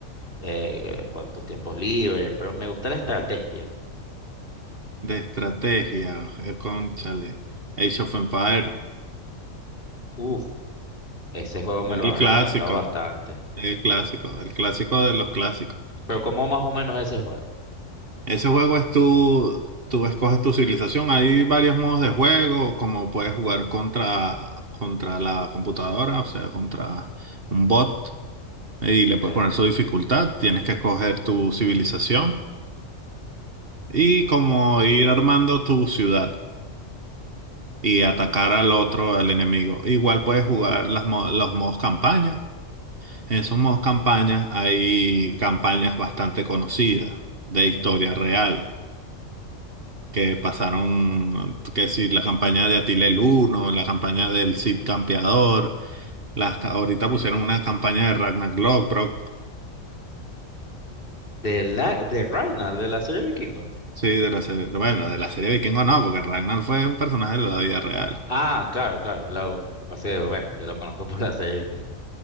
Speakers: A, on the left (about 40°); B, on the right (about 45°).
A: eh, que- con tus tiempos libres, pero me gusta la estrategia.
B: de estrategia, eh, cónchale. Age of Empires,
A: Uf, ese juego me
B: es
A: lo
B: el
A: han
B: clásico,
A: recomendado bastante.
B: el clásico, el clásico de los clásicos.
A: Pero ¿cómo más o menos ese juego?
B: Ese juego es tú, tú escoges tu civilización. Hay varios modos de juego, como puedes jugar contra, contra la computadora, o sea, contra un bot, y le
A: Okay.
B: puedes poner su dificultad. Tienes que escoger tu civilización y como ir armando tu ciudad. y atacar al otro, al enemigo. Igual puedes jugar las mo- los modos campaña. En esos modos campaña hay campañas bastante conocidas de historia real que pasaron, que si la campaña de Atila el Uno, la campaña del Cid Campeador, las, ca- ahorita pusieron una campaña de Ragnar Lothbrok,
A: De, la, de Ragnar, de la serie Vikingo.
B: sí, de la serie, bueno, de la serie Vikingo no, porque Ragnar fue un personaje de la vida real.
A: Ah, claro, claro. Lo lo que pasa es que, bueno, yo lo conozco <laughs> por la serie Vikingo.